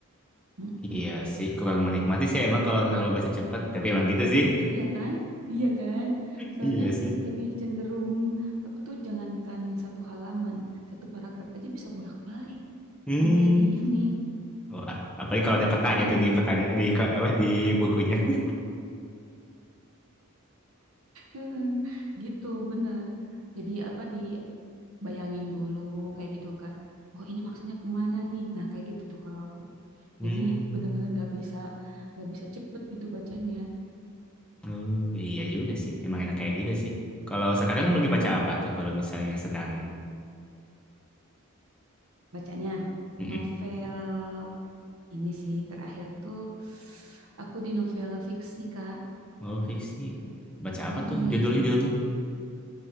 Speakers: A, on the right; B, in the centre.
A: Mm-mm.
B: Iya sih, kurang menikmati sih emang kalau terlalu baca cepat. Tapi emang gitu sih.
A: Iya kan? Iya kan?
B: <laughs>
A: Soalnya
B: Iya sih.
A: lebih cenderung aku tuh jangankan satu halaman, satu paragraf aja bisa bolak-balik
B: Hmm.
A: sampai di ini.
B: Wah, apalagi kalau ada petanya
A: Mm-mm.
B: tuh di petanya di ke- apa di bukunya. <laughs>
A: Mm-mm. Gitu, bener. Jadi apa dibayangin dulu kayak gitu, Kak. Oh, ini maksudnya kemana nih? Nah, kayak gitu tuh kalau aku.
B: Hmm.
A: Jadi bener-bener gak bisa gak bisa cepet gitu bacanya.
B: Oh, iya juga sih. Emang enak kayak gitu sih. Kalau sekarang lagi baca apa tuh kalau misalnya sedang
A: Bacanya
B: Mm-mm.
A: novel ini sih terakhir tuh <sighs> aku di novel fiksi, Kak.
B: Oh, fiksi. Baca apa
A: Mm-mm.
B: tuh judulnya judulnya?